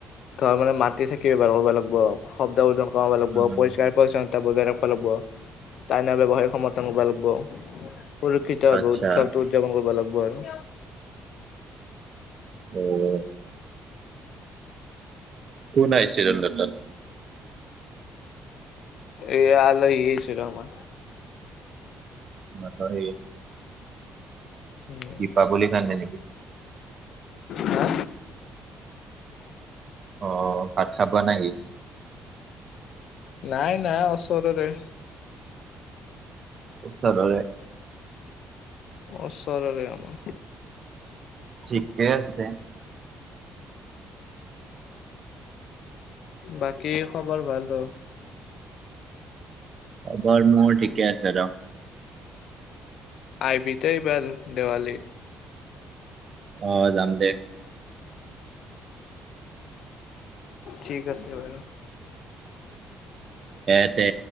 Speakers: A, on the left; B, on the right.
A: ধৰ মানে মাটি চাকি ব্যৱহাৰ কৰিব লাগিব শব্দ উৰ্জন কৰাব লাগিব
B: উম
A: পৰিষ্কাৰ পৰিচ্ছন টা বজাই ৰাখবা লাগিব স্থানীয় ব্যৱসায়িক সমৰ্থন কবা লাগব। সুৰক্ষিত
B: আচ্ছা
A: উৎসৱটো উদযাপন কৰিব লাগিব আৰু
B: অ কোন আহিছিল হেনত তাত
A: এয়া আলহি আহিছে আৰ আমা
B: সিহঁত সেই
A: উম
B: দীপাবলি কাৰনে নেকি
A: হা
B: অ <unintelligible> বোৱা নাই নি
A: নাই নাই ওচৰৰে
B: ওচৰৰে
A: ওচৰৰে আমা
B: ঠিকে আছে।
A: বাকী খবৰ ভালতো
B: খবৰ মোৰ ঠিকে আছে আৰ।
A: আহ বিত এইবাৰ দেৱালীত
B: অ যাম দে
A: ঠিক আছে বাৰু
B: এতে